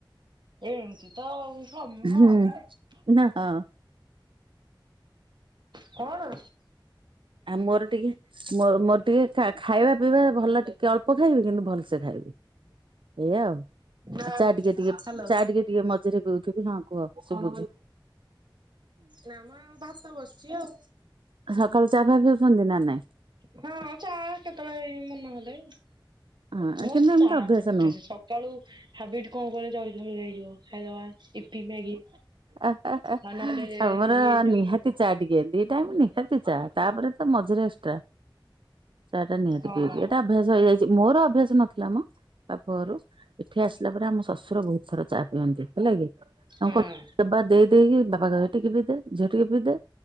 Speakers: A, on the right; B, on the right.
A: ଏମିତି ତ
B: ହୁଁ
A: <unintelligible>
B: ନା ହଁ
A: କଣ?
B: ଆଉ ମୋର ଟିକେ ମୋ ମୋର ଟିକେ ଖାଇବା ପିଇବା ଭଲ ଟିକେ ଟିକେ ଅଳ୍ପ ଖାଇବି କିନ୍ତୁ ଭଲସେ ଖାଇବି ଏଇଆା ଆଉ
A: ନା
B: ଆଉ ଚା
A: ହ୍ୟାଲୋ।
B: ଟିକେ ଟିକେ ଚା ଟିକେ ଟିକେ ମଝିରେ ପିଉଥିବି ହଁ କୁହ ଶୁଭୁଚି।
A: ନାଁ ମ ଭାତ ବସିଚି ଆଉ।
B: ସକାଳୁ ଚାଫା ପିଉଚନ୍ତି ନାଁ?
A: ହଁ ଚା କେତେଓଳେ ମନହେଲେ
B: ହଁ
A: ମୋ
B: କିନ୍ତୁ
A: ସାର୍ଟ
B: ଏମିତି ଅଭ୍ୟାସ
A: <unintelligible>
B: ନୁହଁ
A: ସକାଳୁ ହାବିଟ କଣ କଲେ ଚଳି ଚଳି ହେଇଯିବ। ଖାଇଦେବା ଇପି ମ୍ୟାଗି।
B: ଆହା ହା
A: ଆଉ ନହେଲେ
B: ଆମର
A: ଇଏ ଯୋଉ
B: ନିହାତି ଚା ଟିକେ ଦି ଦି ଟାଇମ୍ ନିହାତି ଚା ତାପରେ ତ ମଝିରେ ଏକ୍ସଟ୍ରା। ଚାହା ଟା ନିହାତି
A: ହଁ
B: ପିଇବି ଏଇଟା ଅଭ୍ୟାସ ହେଇଯାଇଛି। ମୋର ଅଭ୍ୟାସ ନଥିଲା ମ। ବାପ ଘରୁ ଏଠି ଆସିଲା ପରେ ଆମ ଶ୍ୱଶୁର ବହୁତ ଥର ଚା ପିଅନ୍ତି ହେଲା କି ତାଙ୍କ
A: ହଁ
B: <inaudible> ଦେଇ ଦେଇକି ବାପା କହିବେ ଟିକେ ପିଇଦେ ଝିଅ ଟିକେ ପିଇଦେ